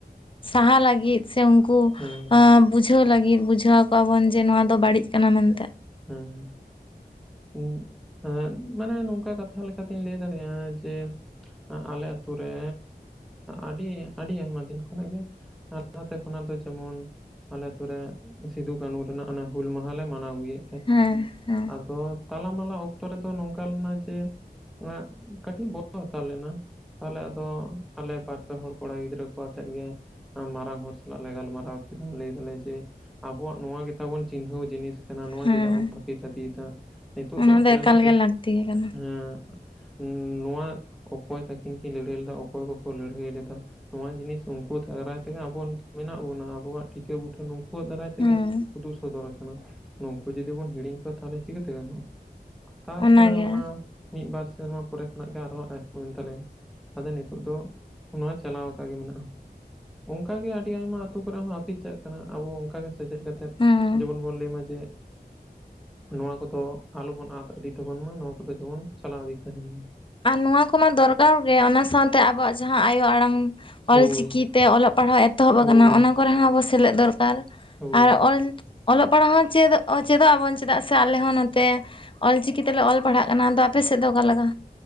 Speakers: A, on the left; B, in the centre.
A: ᱥᱟᱦᱟ ᱞᱟᱹᱜᱤᱫ ᱥᱮ ᱩᱱᱠᱩ ᱵᱩᱡᱷ
B: ᱦᱮᱸ
A: ᱵᱩᱡᱷᱟᱹᱣ ᱞᱟᱹᱜᱤᱫ, ᱵᱩᱡᱷᱟᱹᱣ ᱟᱠᱚᱣᱟ ᱵᱚᱱ ᱡᱮ ᱱᱚᱣᱟ ᱫᱚ ᱵᱟᱲᱤᱡ ᱠᱟᱱᱟ ᱢᱮᱱᱛᱮ
B: ᱦᱮᱸ ᱦᱮᱸ <unintelligible> ᱮᱸ ᱢᱟᱱᱮ ᱱᱚᱝᱠᱟ ᱠᱟᱛᱷᱟ ᱞᱮᱠᱟᱛᱤᱧ ᱞᱟᱹᱭ ᱫᱟᱲᱮᱭᱟᱜᱼᱟ, ᱡᱮ ᱟᱞᱮ ᱟᱛᱩ ᱨᱮ ᱟᱹᱰᱤ ᱟᱹᱰᱤ ᱟᱭᱢᱟ ᱫᱤᱱ ᱠᱷᱚᱱᱟᱜ ᱜᱮ <unintelligible> ᱱᱟᱛᱮ ᱠᱷᱚᱱᱟᱜ ᱫᱚ ᱡᱮᱢᱚᱱ ᱟᱞᱮ ᱟᱹᱛᱩ ᱨᱮ ᱥᱤᱫᱩ ᱠᱟᱹᱱᱩ ᱨᱮᱱᱟᱜ ᱚᱱᱟ ᱦᱩᱞ ᱢᱟᱦᱟ ᱞᱮ ᱢᱟᱱᱟᱣ ᱜᱮᱭᱟ᱾
A: ᱦᱮᱸ ᱦᱮᱸ
B: ᱟᱫᱚ ᱛᱟᱞᱟ ᱢᱟᱞᱟ ᱚᱠᱛᱚ ᱨᱮᱫᱚ ᱱᱚᱝᱠᱟ ᱞᱮᱱᱟ ᱡᱮ, ᱚᱱᱟ ᱠᱟᱹᱴᱤᱡ <unintelligible> ᱦᱟᱛᱟᱲ ᱞᱮᱱᱟ ᱛᱟᱦᱚᱞᱮ ᱟᱫᱚ ᱟᱞᱮ ᱵᱟᱨ ᱯᱮ ᱦᱚᱲ ᱠᱚᱲᱟ ᱜᱤᱫᱽᱨᱟᱹ ᱠᱚ ᱟᱛᱮᱫ ᱜᱮᱼᱼ ᱢᱟᱨᱟᱝ ᱦᱚᱲ ᱥᱟᱞᱟᱜ ᱞᱮ ᱜᱟᱞᱢᱟᱨᱟᱣ ᱠᱮᱫᱟ ᱞᱟᱹᱭ ᱫᱟᱞᱮ ᱡᱮ ᱟᱵᱚᱣᱟᱜ ᱱᱚᱣᱟ ᱜᱮ ᱛᱟᱵᱚᱱ ᱪᱤᱱᱦᱟᱹᱣ ᱡᱤᱱᱤᱥᱼᱼ ᱱᱚᱣᱟ
A: ᱦᱮᱸ
B: ᱪᱮᱫᱟᱜ ᱵᱚᱱ ᱦᱟᱹᱯᱤᱫ ᱤᱫᱤᱭ ᱮᱫᱟ ᱱᱤᱛᱚᱜ
A: ᱚᱱᱟ
B: ᱫᱚ ᱟᱞᱮ
A: ᱮᱠᱟᱞ
B: ᱞᱮ ᱥᱮ
A: ᱜᱮ ᱞᱟᱹᱠᱛᱤ ᱜᱮ ᱠᱟᱱᱟ
B: <unintelligible> ᱱᱚᱣᱟ ᱚᱠᱚᱭ ᱛᱟᱹᱠᱤᱱ ᱠᱤᱱ ᱞᱟᱹᱲᱦᱟᱹᱭ ᱞᱮᱫᱟ ᱚᱠᱚᱭ ᱠᱚ ᱠᱚ ᱞᱟᱹᱲᱦᱟᱹᱭ ᱞᱮᱫᱟ ᱱᱚᱣᱟ ᱡᱤᱱᱤᱥ ᱩᱱᱠᱩ ᱫᱟᱨᱟᱭ ᱛᱮ ᱜᱮ ᱟᱵᱚ ᱢᱮᱱᱟᱜ ᱵᱚᱱᱟ ᱟᱵᱚᱣᱟᱜ ᱴᱤᱠᱟᱹ ᱵᱩᱴᱟᱹ ᱱᱩᱠᱩᱣᱟᱜ ᱫᱟᱨᱟᱭ ᱛᱮ
A: ᱦᱮᱸ
B: ᱜᱮᱼᱼ ᱩᱫᱩᱜ ᱥᱚᱫᱚᱨ ᱠᱟᱱᱟ ᱱᱚᱠᱩᱼᱼ <unintelligible> ᱡᱩᱫᱤ ᱵᱚᱱ ᱦᱤᱲᱤᱧ ᱠᱚᱣᱟ ᱛᱟᱦᱚᱞᱮ ᱪᱤᱠᱟᱹᱛᱮ ᱜᱟᱱᱚᱜᱼᱟ ᱛᱟᱨᱯᱚᱨᱮ
A: ᱚᱱᱟᱜᱮ
B: ᱚᱱᱟᱼᱼ ᱢᱤᱫ ᱵᱟᱨ ᱥᱮᱨᱢᱟ ᱯᱚᱨᱮ ᱠᱷᱚᱱᱟᱜ ᱜᱮ ᱟᱨ ᱦᱚᱸ <unintelligible> ᱮᱱ ᱛᱟᱞᱮᱭᱟ ᱟᱫᱚ ᱱᱤᱛᱚᱜ ᱫᱚ ᱱᱚᱣᱟ ᱪᱟᱞᱟᱣ ᱟᱠᱟᱜᱮ ᱢᱮᱱᱟᱜᱼᱟ ᱚᱱᱠᱟ ᱜᱮ ᱟᱹᱰᱤ ᱟᱭᱢᱟ ᱟᱹᱛᱩ ᱠᱚ ᱨᱮ ᱦᱚᱸ ᱦᱟᱹᱯᱤᱫ ᱪᱟᱞᱟᱜ ᱠᱟᱱᱟ ᱟᱵᱚ ᱚᱱᱠᱟ ᱜᱮ ᱥᱮᱪᱮᱫ ᱠᱟᱛᱮᱫ
A: ᱦᱮᱸ
B: ᱡᱮᱢᱚᱱ ᱵᱚᱱ ᱞᱟᱹᱭ ᱢᱟ ᱡᱮ, ᱱᱚᱣᱟ ᱠᱚ ᱫᱚ ᱟᱞᱚ ᱵᱚᱱ ᱟᱫ ᱤᱫᱤ ᱛᱟᱵᱚᱱ ᱢᱟ, ᱱᱚᱣᱟ ᱠᱚᱫᱚ ᱡᱮᱢᱚᱱ ᱪᱟᱞᱟᱣ ᱤᱫᱤ ᱛᱟᱦᱮᱸᱱ ᱢᱟ ᱾
A: ᱟᱨ ᱱᱚᱣᱟ ᱠᱚᱢᱟ ᱫᱚᱨᱠᱟᱨ ᱜᱮ ᱚᱱᱟ ᱥᱟᱶ ᱛᱮ ᱟᱵᱚᱣᱟᱜ ᱡᱟᱦᱟᱸ ᱟᱭᱳ ᱟᱲᱟᱝ
B: ᱦᱳᱭ
A: ᱚᱞᱪᱤᱠᱤ ᱛᱮ ᱚᱞᱚᱜ ᱯᱟᱲᱦᱟᱣ ᱮᱛᱚᱦᱚᱵ
B: ᱦᱳᱭ
A: ᱟᱠᱟᱱᱟ ᱚᱱᱟ ᱠᱚ ᱨᱮ ᱦᱚᱸ ᱟᱵᱚ ᱥᱮᱞᱮᱫ ᱫᱚᱨᱠᱟᱨ ᱾
B: ᱦᱳᱭ
A: ᱟᱨ ᱚᱞ ᱚᱞᱚᱜ ᱯᱟᱲᱦᱟᱜ ᱦᱚᱸ ᱪᱮᱫ ᱪᱮᱫᱚᱜ ᱟᱵᱚᱱ ᱪᱮᱫᱟᱜ ᱥᱮ ᱟᱞᱮ ᱦᱚᱸ ᱱᱚᱛᱮᱼᱼ ᱚᱞᱪᱤᱠᱤ ᱛᱮᱞᱮ ᱚᱞ ᱯᱟᱲᱦᱟᱜ ᱠᱟᱱᱟ, ᱟᱫᱚ ᱟᱯᱮ ᱥᱮᱫ ᱫᱚ ᱚᱠᱟ ᱞᱮᱠᱟ?